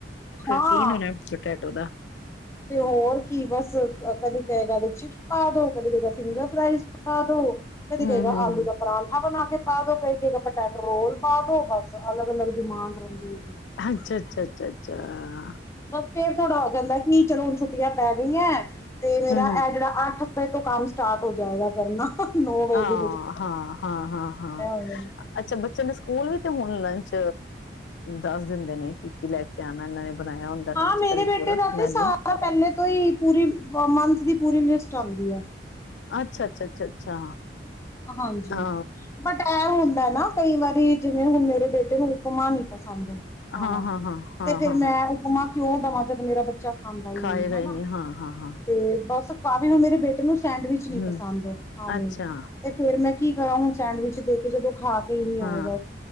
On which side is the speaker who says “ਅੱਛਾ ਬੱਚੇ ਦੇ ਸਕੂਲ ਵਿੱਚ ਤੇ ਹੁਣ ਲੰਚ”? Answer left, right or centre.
Left